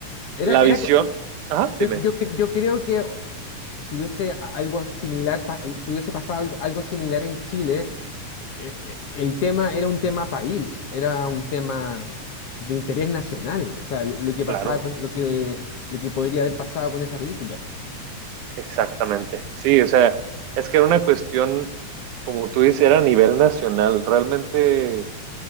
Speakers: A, on the left; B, on the right.
A: Era,
B: la
A: era,
B: visión. Ajá, dime.
A: Yo, yo, cre- yo creo que si hubiese a- algo similar, pa- si hubiese pasado algo, algo similar en Chile, eh, eh, el tema era un tema país, era un tema de interés nacional, o sea, lo, lo que pasaba
B: Claro,
A: con- lo que, lo que podría haber pasado con esa película.
B: exactamente. Sí, o sea, es que era una cuestión, como tú dices, era a nivel nacional. Realmente